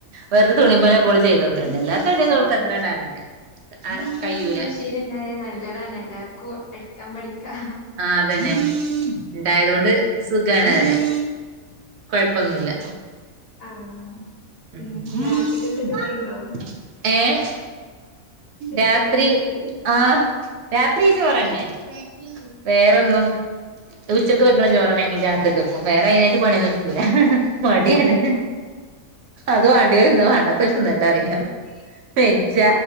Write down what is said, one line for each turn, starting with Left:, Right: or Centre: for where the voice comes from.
Right: വെറുതെ തുണിമല്
Left: ആഹ്
Right: ഒകെ ഓള് ചെയ്തോക്കും അല്ലാത്തടി ഓൾക്ക്
Left: ഏഹ്
Right: അത്രണ്ട് അറില. കയൂല
Left: മിഷീന്ണ്ടായ നല്ലതാണ് എല്ലാർക്കും അടിക്കാൻ പഠിക്കാ
Right: ആഹ് അതന്നെ ഇണ്ടായതേണ്ട്
Left: ആഹ്
Right: സുഖാണ്റിയാം കൊഴപ്പൊന്നുല്ല
Left: ആഹ് പിന്നെ
Right: ഉം
Left: രാത്രികക്ക് ചോറ്ണ്ടേ
Right: ഏഹ് രാത്രി
Left: ഫുഡ് തന്നെ കഴിക്കല്?
Right: ആഹ് രാത്രി ചോറന്നെ
Left: ഉം
Right: വേറൊന്നും
Left: ഏഹ്
Right: അത് ഉച്ചക്ക് വെക്ക്ണ ചോറന്നെ ഞങ്ങള് രാത്രികക്കും വേറെ അയ്നായിട്ട് പണി ഒന്നും എട്ക്കൂല മടിയാണ്
Left: ഏഹ്
Right: അത് വാണ്ട്യോല് തിന്ന വാണ്ടാത്തോര് തിന്നണ്ടറിം ഞാൻ പെജ്ജ